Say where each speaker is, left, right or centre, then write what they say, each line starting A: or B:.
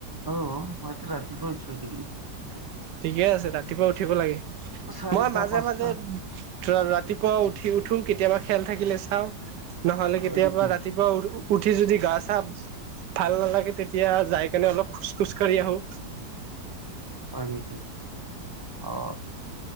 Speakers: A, on the right (about 25°); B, on the right (about 80°).
A: অ', মইটো ৰাতিপুৱাই উঠো এইকেইদিন।
B: ঠিকে আছে, ৰাতিপুৱা উঠিব লাগে।
A: চাৰিটা
B: মই মাজে,
A: পাঁচটাত
B: মাজে ৰাতিপুৱা উঠি উঠো, কেতিয়াবা খেল থাকিলে চাওঁ নহ'লে
A: হয়
B: কেতিয়াবা
A: নেকি?
B: ৰাতি পুৱা উ-উঠি যদি গা চা ভাল নালাগে, তেতিয়া যাই কেনে অলপ খোজ, খোজ কাঢ়ি আহোঁ।
A: হয় নেকি? অ'।